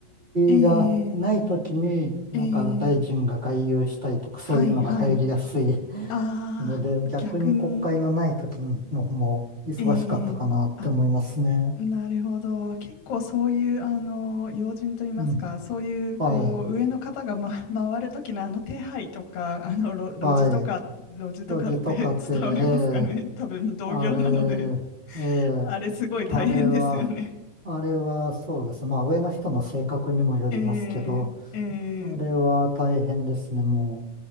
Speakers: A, on the left; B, on the right.
A: ええ
B: 会がないときに、なんか大臣が外遊したいとか、
A: ええ
B: そういうのが入りやすい
A: はい、はい。
B: <laughs>
A: ああ、
B: ので、逆に国会のないときの方も忙しかったかなって思いますね。
A: 逆に、ええあ、なるほど。結構そういうあの要人といいますか、
B: うん。
A: そういうこう上の方が、
B: はい。
A: ま、<laughs> 回る時のあの手配とか、あの路、
B: はい。
A: 路地とか、路地とかって
B: 路地とかって、
A: <laughs> 伝わりますかね。
B: ええ
A: <laughs> 多分同業なので、
B: あれ、
A: <laughs>
B: ええ
A: あれすごい大変ですよね。
B: あれは、あれはそうです。まあ上の人の性格にもよりますけど、
A: <laughs> えー、え
B: あれは大変ですね、
A: ー、
B: も